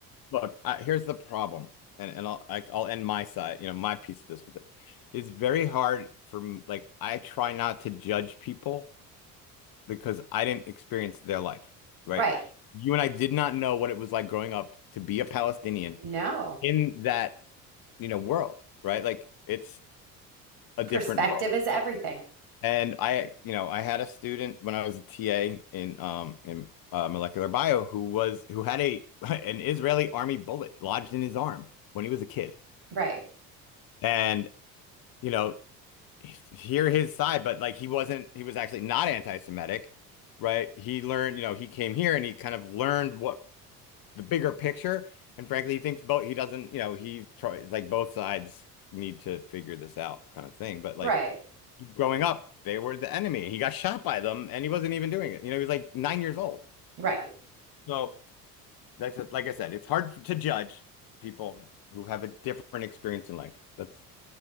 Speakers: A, on the left; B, on the right.
A: Look, I, here's the problem, and and I'll I, I'll end my side, you know, my piece of this with this. It's very hard for m- like I try not to judge people because I didn't experience their life, right?
B: Right.
A: You and I did not know what it was like growing up to be a Palestinian
B: No,
A: in that, you know, world, right? Like it's a different
B: perspective
A: world.
B: is everything.
A: And I, you know, I had a student when I was a TA in um in uh, molecular bio who was who had a <laughs> an Israeli army bullet lodged in his arm when he was a kid.
B: Right,
A: and you know hear his side but like he wasn't he was actually not anti-Semitic right he learned you know he came here and he kind of learned what the bigger picture and frankly he thinks both he doesn't you know he tries like both sides need to figure this out kind of thing but like
B: right,
A: growing up they were the enemy he got shot by them and he wasn't even doing it you know he was like nine years old
B: right.
A: so that's like I said it's hard to judge people who have a different experience in life that's,